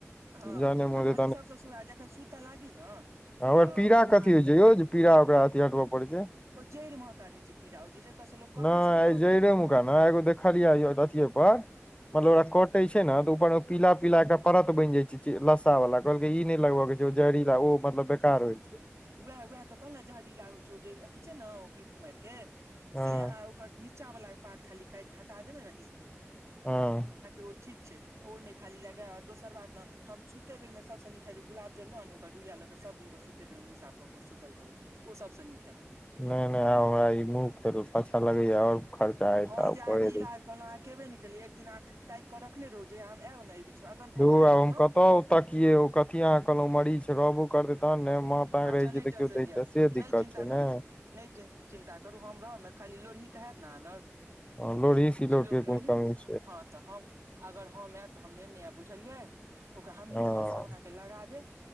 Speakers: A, on the right; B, on the left.
A: हँ
B: जहने
A: आ
B: मोन
A: खाली
B: हेतै
A: सभसँ सुन जखन सुता लागी ने
B: र
A: तऽ
B: पीरा
A: ओ
B: कथी
A: अहाँके
B: होइत छै यौ जे पीरा ओकरा अथी हटबय पड़ैत छै
A: ओ जड़ि महका रहै छै पीरा ओ जे जतयसँ लोक कटै
B: नहि
A: छै
B: आइ
A: ने
B: जड़े मुका एगो देखलिय
A: हँ
B: अथीये पर
A: हँ
B: कटे छै ने तऽ ऊर पीला पीलाके परत बनि जाय छै लस्सा वाला कहलक ई नहि लगब के छै जहड़ीला ओ मतलब बेकार होइ छै
A: वएह उएह तऽ कहल ने जहरीला होय छै ओ जे अथी छै ने घृत कुमारि के
B: हँ
A: से अहाँ नीचा बला पाठ काटि के हटा देबेन
B: हँ
A: ओ ठीक छै ओ नहि खाली लगायब दोसर बात ने हम सुते बेर मे सबसँ नीक हा जे गुलाब जलन ओ रुइआ लऽ कऽ सभ दिनके सुतेबै मुँह साफ कऽ कऽ सुतल करू ओ सभसँ नीक हैत
B: नहि नहि आब हमरा ई मुहल अचछा लगैया आओर खर्चा हेत
A: हम
B: आब
A: जे अहाँके
B: करे
A: इलाज
B: दै
A: कहलहुँ अहाँ केबे नहि केलियै एक दिन अहाँ ताकिकऽ रखने रहौ जे हम आयब ने बीचमे अगर कहूँ
B: दुर
A: आबि
B: आब हम
A: गेलहुँ
B: कतऽ ओतऽ ये कथी अहाँ कहलहुँ मरीज रहबो करतै तहन ने मऽ
A: अच्छा नहि टेंशन लिअ
B: से
A: नहि
B: दिक्कत
A: चिन्ता
B: छै
A: करू
B: ने
A: नहि चिन्ता करू हम रहब ने खाली लोढ़ी तऽ हयैत ने अहाँ लग
B: हँ लोढी सिलोट
A: सिलौट
B: कोन
A: लोढ़ी
B: कमी हो छै
A: हँ तऽ हम अगर हम आयब तऽ हम नेने आयब बुझलियै ओकरा हमही
B: हँ
A: घसब अहाँके लगा देब